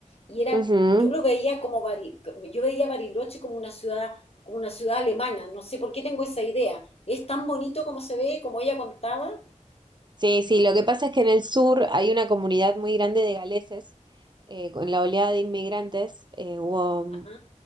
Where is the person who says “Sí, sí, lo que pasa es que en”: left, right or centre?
Right